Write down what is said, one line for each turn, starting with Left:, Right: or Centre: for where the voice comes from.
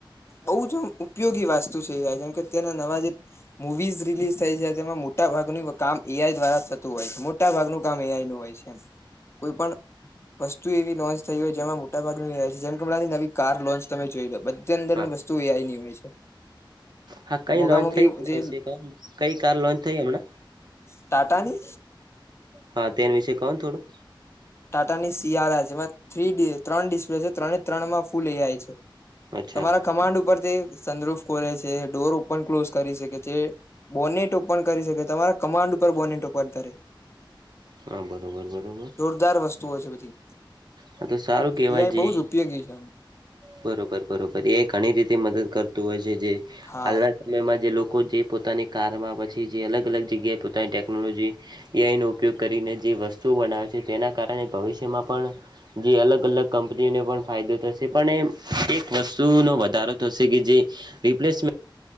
Left: બઉુ જ ઉપયોગી વાસ્તુ છે, <unintelligible> જેમ કે અત્યના નવા જે મુવીઝ રિલીઝ થઈ જાય, તેમાં મોટા ભાગની વકામ એઆઈ દ્વારા થતું હોય છે. મોટ મોટા ભાગનું કામ એઆઈ નું હોય છે એમ. કોઈ પણ વસ્તુ એવી લોન્ચ થઈ હોય જેમાં મોટાભાગ <unintelligible> જેમ કે હમણાં નવી કાર લોન્ચ તમે જોઈ લો બધી અંદર
Right: હા
Left: ની વસ્તુ એઆઈ ની હોય છે.
Right: હા, કઈ
Left: મોઘા
Right: લોન
Left: મોઘી
Right: થઈ તના
Left: જે
Right: વિશે કઈ કાર લોન થઈ હમણાં
Left: ટાટાની
Right: હા, તેન વિશે કહો થોડું?
Left: ટાટા ની સીઆાર આ જેમાં થ્રીડી ત્રણ ડિસ્પ્લે છે ત્રણે ત્રણમાં ફૂલ એઆઈ છે.
Right: અચ્છા
Left: તમારા કમાન્ડ ઉપર તે સંદ્રુફ ખોલે છે. ડોર ઓપન ક્લોઝ કરી શકે છે. બોનેટ ઓપન કરી શકે તમારા કમાન્ડ ઉપર બોનેટ ઓપન કરે.
Right: હા, બરોબર બરોબર!
Left: <unintelligible> વસ્તુઓ છે બધી
Right: હા તો સારું કેહેવાય
Left: એ આઇ
Right: જે
Left: બહુ જ ઉપયોગી છે એમ!
Right: બરોબર, બરોબર એ ઘણી રીતે મદદ કરતું હોય છે જે
Left: હા
Right: હાલના <unintelligible> માં જે લોકો જે પોતાની કારમાં પછી જે અલગ અલગ જગ્યાએ પોતાની ટેકનોલોજી એઆઇ નો ઉપયોગ કરીને જે વસ્તુઓ બનાવે છે તેના કારણે ભવિષ્યમાં પણ જે અલગ-અલગ કંપનીને પણ ફાયદો થશે. પણ એમ એક વસ્તુનો વધારો થશે કે જે રીપ્લેસમેં